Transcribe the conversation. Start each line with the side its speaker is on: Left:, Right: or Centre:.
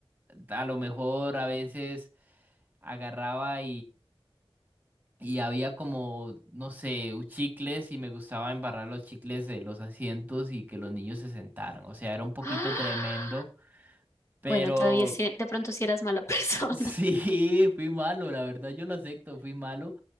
Right: a lo mejor a veces agarraba Y había como, no sé, u- chicles y me gustaba embarrar los chicles de los asientos y que los niños se sentaran. O sea, era un poquito
Left: ¡Ah!
Right: tremendo, pero
Left: Bueno, todavía sí- de pronto si eras mala <laughs> persona,
Right: <laughs> sí, fui malo, la verdad yo lo acepto, fui malo.